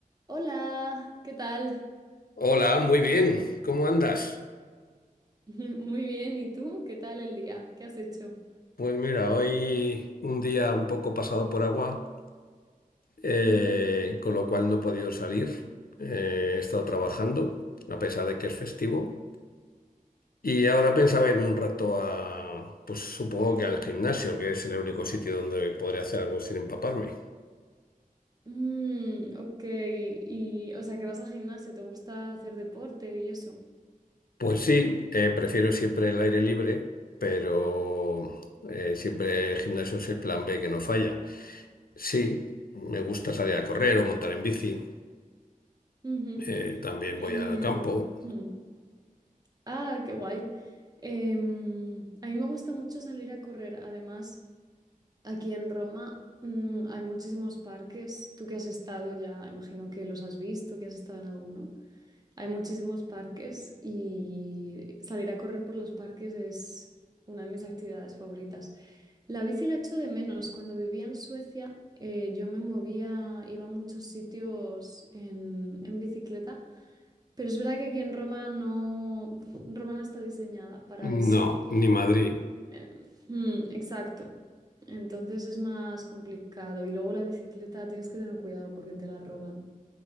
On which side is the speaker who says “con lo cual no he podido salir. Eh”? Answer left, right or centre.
Left